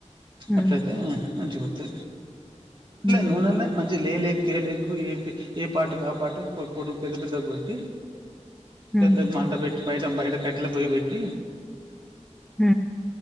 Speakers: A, on the right; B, in the centre.
A: అట్లయితే
B: ఉమ్,
A: మంచిపోతు టే
B: ఉమ్,
A: నూనెన్లే మంచి లే ఏ ఏ పాటుకు ఆ పాటు పోడు పెద్ద పెద్ద గతి పెద్దమన
B: ఉమ్,
A: పెట్టి బయట బయట కట్టెల పోయి పెట్టి
B: హ